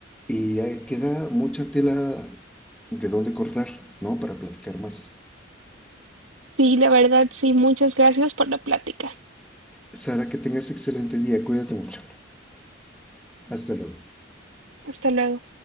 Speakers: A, in the centre; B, on the right (about 85°).
A: y ahí queda mucha tela de dónde cortar, ¿no? Para platicar más.
B: Sí, la verdad, sí, muchas gracias por la plática.
A: Sara, que tengas excelente día, cuídate mucho. Hasta luego.
B: Hasta luego.